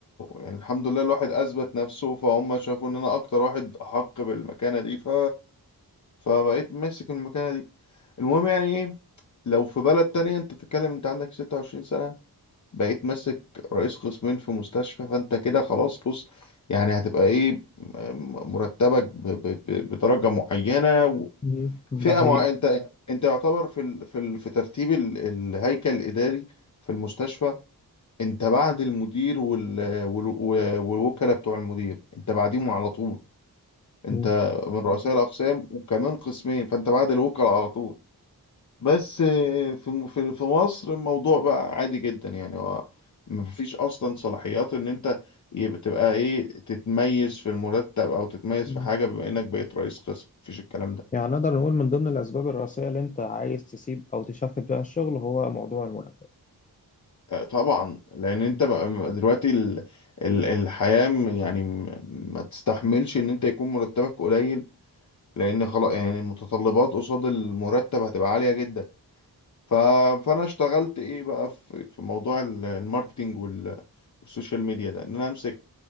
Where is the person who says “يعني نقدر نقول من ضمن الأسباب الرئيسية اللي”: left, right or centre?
Left